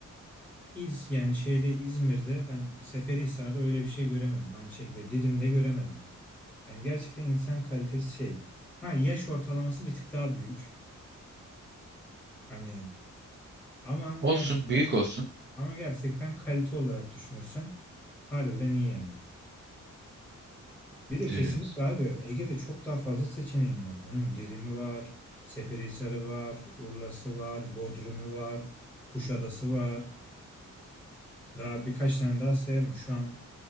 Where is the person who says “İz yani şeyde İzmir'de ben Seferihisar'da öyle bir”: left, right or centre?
Centre